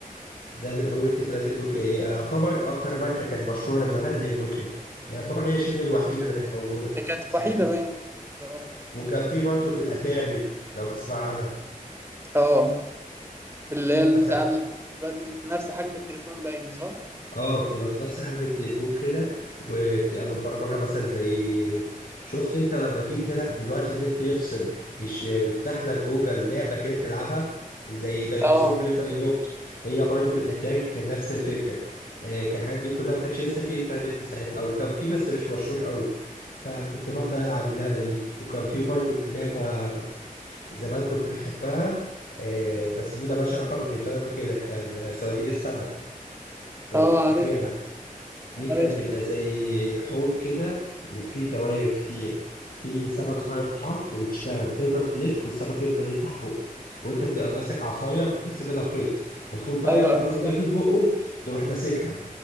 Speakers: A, on the left; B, on the right.
A: ده من اول التليفونات النوكيا هي يعتبر اكتر ماركه كانت مشهوره زمان هي النوكيا يعتبر هي شبه الوحيده اللي كانت موجوده
B: دي كانت
A: ساعتها
B: وحيدة باين اه
A: وكان في برضه الاتاري لو تسمع عنها
B: آه. اللي هي
A: يعني مثلا
B: بتاع ال- دلوقتي في نفس حجم التليفون باين صح؟
A: اه بتبقى في نفس حجم التليفون كده وبتبقى مبرمجه مثلا زي شفت انت لما تيجي تلعب دلوقتي النت يفصل مش بيفتح لك جوجل لعبه كده تلعبها زي ديناصور
B: اه
A: بيفضل ينط هي برضو بالاتاري كان نفس الفكره آه، كان الحاجات دي كلها ما كانش لسه في انترنت ساعتها او كان في بس مش مشهور قوي فكنت بفضل العب اللعبه دي وكان في برضو لعبه زمان كنت بحبها آه، بس دي ملهاش علاقه بالتليفونات وكده كان صيادين السمك لو
B: اه
A: تفتكرها
B: عارف
A: دي كان
B: عارف
A: بيبقى زي حوض كده وفي دواير كتير في سمك صغير بيتحط وتشتغل تفضل تلف والسمك يفضل يفتح بقه وانت بتبقى ماسك عصايه لازم منها خيط المفروض بقى
B: ايوه عارف
A: اول ما يقفل بقه تروح ماسكها